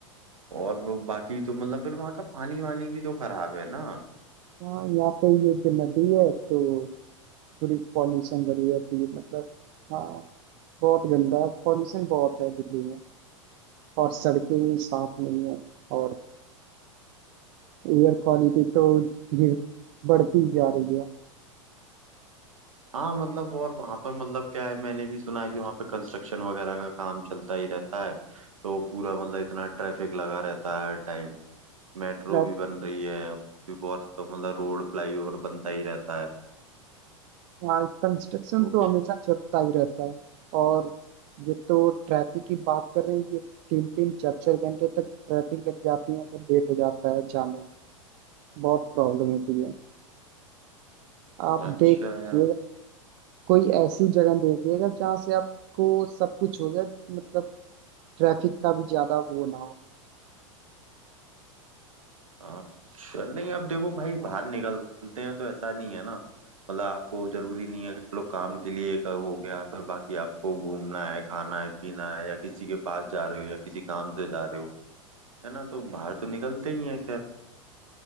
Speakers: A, on the right (about 80°); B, on the right (about 45°).
A: और वो बाकी तो मतलब फिर वहाँ का पानी वानी भी तो खराब है ना
B: हाँ यहाँ पे ये जो नदी है तो पूरी पॉल्यूशन भरी रहती है तो ये मतलब हाँ बहुत गंदा है, पॉल्यूशन बहुत है दिल्ली में और सड़कें भी साफ नहीं है और एयर क्वालिटी तो ये बढ़ती जा रही
A: हाँ मतलब और वहाँ पर मतलब क्या है मैंने भी सुना है कि वहाँ पे कंस्ट्रक्शन वगैरह का काम चलता ही रहता है तो पूरा मतलब इतना ट्रैफिक लगा रहता है हर टाइम मेट्रो
B: है
A: भी बन रही है और भी बहुत तो मतलब रोड फ्लाईओवर बनता ही रहता है
B: हाँ कंस्ट्रक्शन
A: तो
B: तो हमेशा चलता ही रहता है और ये तो ट्रैफिक की बात कर रहे हैं ये तीन तीन चार चार घंटे तक ट्रैफिक लग जाती है मतलब लेट हो जाता है जाने में। बहुत प्रॉब्लम होती है आप
A: अच्छा
B: देखिएगा
A: यार
B: कोई ऐसी जगह देखिएगा जहाँ से आपको सब कुछ हो जाए मतलब ट्रैफिक का भी ज्यादा वो ना हो
A: हाँ चल नहीं अब देखो भाई बाहर निकलते हैं तो ऐसा नहीं है ना मतलब आपको जरूरी नहीं है कि चलो काम के लिए एक हो गया फिर बाकी आपको घूमना है खाना है पीना है या किसी के पास जा रहे हो या किसी काम से जा रहे हो है ना तो बाहर तो निकलते ही है खैर